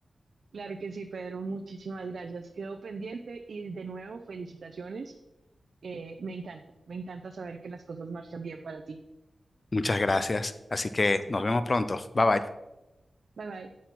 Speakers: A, on the right; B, on the left.
A: Claro que sí, Pedro. Muchísimas gracias. Quedo pendiente y de nuevo felicitaciones Eh, me encanta, me encanta saber que las cosas marchan bien para ti.
B: Muchas gracias. Así que nos vemos pronto. Bye bye.
A: Bye bye.